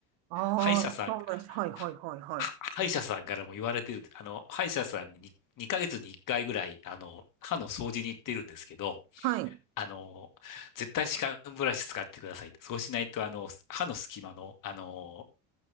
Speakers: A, on the right; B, on the left.
A: ああ、
B: 歯医者さん、
A: 歯ブラシ。はい、はい、
B: はは歯医者さんからも言われてるんで、
A: はい、はい。
B: あの、歯医者さんに2、二ヶ月に1回ぐらい、あの、歯の掃除に行ってるんですけど、
A: はい。
B: あの、絶対歯間ブラシ使ってくださいと。そうしないと、あの、歯の隙間の、あの、